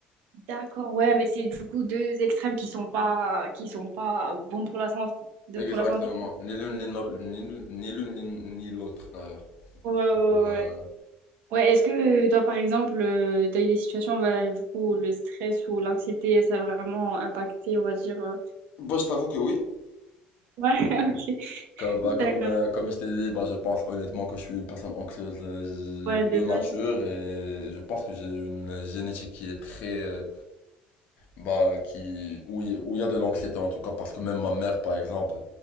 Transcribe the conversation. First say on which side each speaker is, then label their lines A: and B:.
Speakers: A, on the right; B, on the left.
A: d'accord, ouais, mais c'est du coup deux extrêmes qui sont pas, qui sont pas bons pour la santé. De,
B: Exactement.
A: pour la santé.
B: Ni l'une ni l'autre- ni l'une- ni l'une, ni- ni l'autre d'ailleurs.
A: Ouais, ouais,
B: Du coup, euh,
A: ouais. Ouais, est-ce que euh, toi, par exemple, euh, t'as eu des situations, bah, du coup, où le stress ou l'anxiété, ça a vraiment impacté, on va dire. euh,
B: bah, je t'avoue que oui.
A: Ouais, <laughs>
B: Comme, bah,
A: ok.
B: comme,
A: D'accord.
B: euh, comme je t'ai dit, bah, je pense honnêtement que je suis une personne anxieuse euh,
A: Ouais,
B: de
A: de
B: nature
A: base.
B: et je pense que j'ai une génétique qui est très, euh, bah, qui, où il où il y a de l'anxiété en tout cas, parce que même ma mère, par exemple,